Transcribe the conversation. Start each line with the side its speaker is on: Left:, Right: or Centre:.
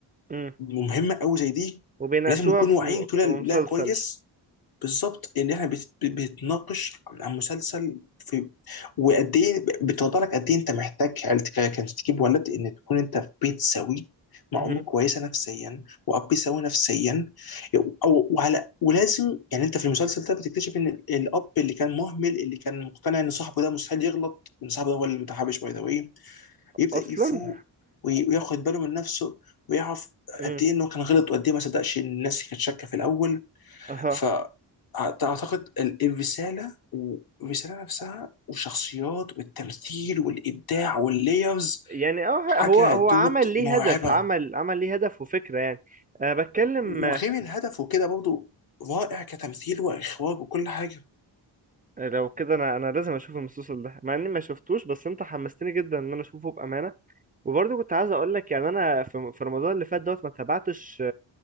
Right: امم
Left: ومهمه قوي زي دي
Right: وبيناقشوها
Left: ولازم نكون
Right: في
Left: واعيين
Right: م...
Left: كلها
Right: في مسلسل
Left: لا كويس بالظبط ان احنا بت- بتناقش عن مسلسل في وقد ايه بتوضح لك قد ايه انت محتاج عيلتك عشان تجيب ولد ان تكون انت في بيت سوي مع
Right: امم
Left: ام كويسه نفسيا واب سوي نفسيا أو وعلى ولازم يعني انت في المسلسل ده بتكتشف ان ال- الاب اللي كان مهمل اللي كان مقتنع ان صاحبه ده مستحيل يغلط ان صاحبه ده هو اللي متحابش باي ذا واي يبدا
Right: اصلا
Left: يفوق وي- وياخد باله من نفسه ويعرف
Right: امم
Left: قد ايه انه كان غلط وقد ايه ما صدقش الناس اللي كانت شاكه في الاول
Right: اها
Left: فأعتقد ال- الرسالة والرسالة نفسها والشخصيات والتمثيل والإبداع والليرز
Right: يعني اه
Left: حاجة
Right: هو هو
Left: دود
Right: عمل ليه
Left: مرعبة
Right: هدف عمل عمل ليه هدف وفكرة يعني أه بتكلم
Left: وغير الهدف وكده برضه رائع كتمثيل وإخراج وكل حاجة
Right: لو كده انا انا لازم اشوف المسلسل ده مع اني ما شفتوش بس انت حمستني جدا ان انا اشوفه بامانه وبرضه كنت عايز اقول لك يعني انا في في رمضان اللي فات دوت ما تابعتش